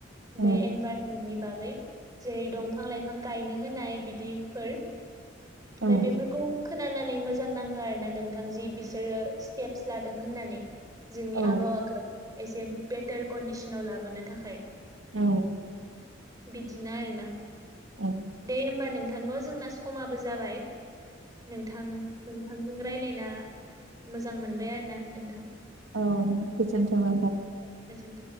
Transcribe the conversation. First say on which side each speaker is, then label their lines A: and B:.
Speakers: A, on the right; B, on the right.
A: औ
B: बे एनभार नि बागै जेरै दंफां लाइफां गायनो होनाय बिदिफोर
A: औ
B: बाय बेफोरखौ खोनानानै मोजां नाङो आरो ना नोंथां जि बिसोरो स्टेप्स लादों होननानै जोंनि
A: औ
B: आबहावाखौ एसे बेटार कन्डिसनाव लाबोनो थाखाय
A: औ
B: बिदिनो आरोना ‌।
A: औ
B: दे होमबा नोंथांन' जोंना समाबो जाबाय। नोंथां नोंथांजों रायज्लायना मोजां मोनबाय आरो ना नोंथां।
A: औ गोजोन्थों नोंथां।
B: अ गोजोन।